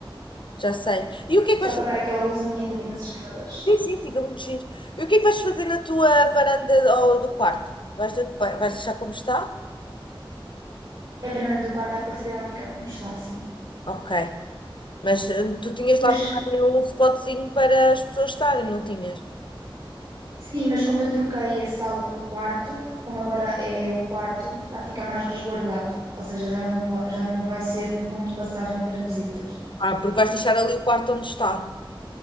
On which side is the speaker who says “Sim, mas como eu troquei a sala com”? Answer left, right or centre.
Right